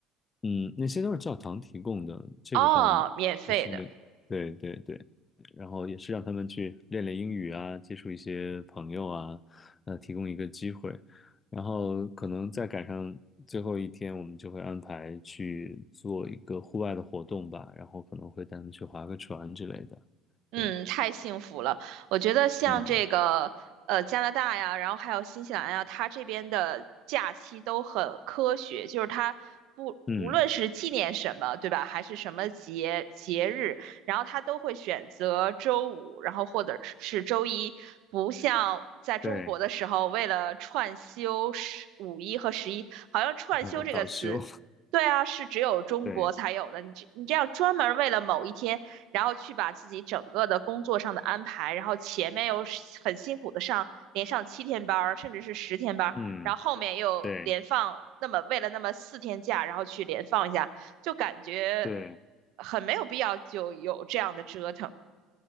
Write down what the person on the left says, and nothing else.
嗯，那些都是教堂提供的，这个倒
不是，那，对对对，然后也是让他们去练练英语啊，接触一些朋友啊，呃，提供一个机会，然后可能再赶上最后一天，我们就会安排去做一个户外的活动吧，然后可能会带他们去划个船之类的，
对，
嗯
嗯，
对，
然后导修，
<laughs> 对，
嗯。
对，
对